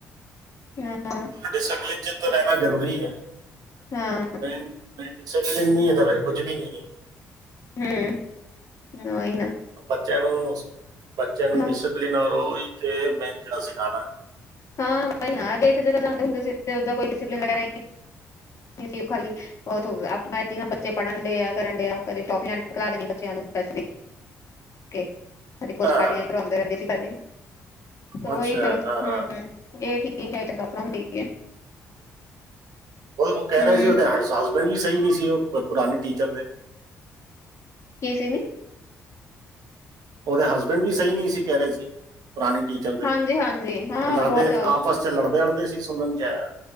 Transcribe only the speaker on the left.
ਹਾਂ।
ਹਾਂ।
ਹੂੰ ਉਹੀ ਨਾ
ਹਾਂ
ਹਾਂ ਬਈ ਹਰੇਕ ਜਗ੍ਹਾ ਜਾਂਦੇ ਹੁੰਦੇ ਸੀ ਓਹਦਾ ਕੋਈ ਡਿਸਪਲ ਵਗੈਰਾ ਨਹੀਂ। ਜੀ ਸੀ ਉਹ ਖਾਲੀ ਓਹ ਤੋ ਮੈ ਜੀਨਾ ਬੱਚੇ ਪੜ੍ਹਨ ਡੇ ਆ, ਕਰਨ ਡੇਆ ਆ ਕਦੇ ਟੌਫੀ ਲੈਂਣ ਘਲਾ ਦੇਣੀ ਬੱਚਿਆਂ ਨੂੰ ਪੈਸੇ ਦੇ <unintelligible>
ਕਰਾਉਂਦੇ ਰਹਿੰਦੇ ਸੀ ਪਹਿਲੇ।
ਉਹੀ ਫੇਰ ਹੂੰ,
ਇਹ ਠੀਕ ਐ, ਚੰਗਾ ਪੜਾਉਂਦੀ ਆ।
ਹੂੰ
ਕਿ ਸੀ ਨੇ।
ਹਾਂਜੀ ਹਾਂਜੀ ਹਾਂ
ਬਹੁਤ